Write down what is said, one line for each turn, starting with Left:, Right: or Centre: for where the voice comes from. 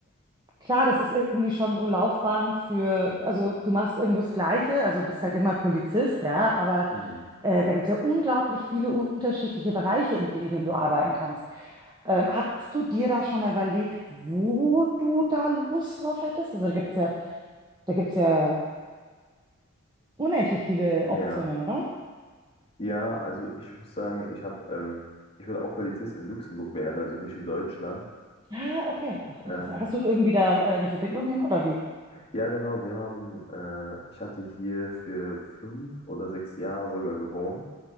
Right: Klar, das ist irgendwie schon so Laufbahn für, also du machst irgendwo das Gleiche, also bist halt immer Polizist, ja, aber
Left: mhm.
Right: äh, da gibt es ja unglaublich viele unterschiedliche Bereiche, in denen du arbeiten kannst. Ähm, hast du dir da schon mal überlegt, wo du da Lust drauf hättest? Also da gibt es ja, da gibt es ja unendlich viele
Left: Ja.
Right: Optionen, oder?
Left: Ja, also ich muss sagen, ich habe, ähm, ich würde auch Polizist in Luxemburg werden, also nicht in Deutschland.
Right: Ah, okay. Ach, interessant.
Left: Ähm,
Right: Hast du irgendwie da äh, eine Verbindung hin oder wie?
Left: ja, genau, wir haben, äh, ich hatte hier für fünf oder sechs Jahre sogar gewohnt.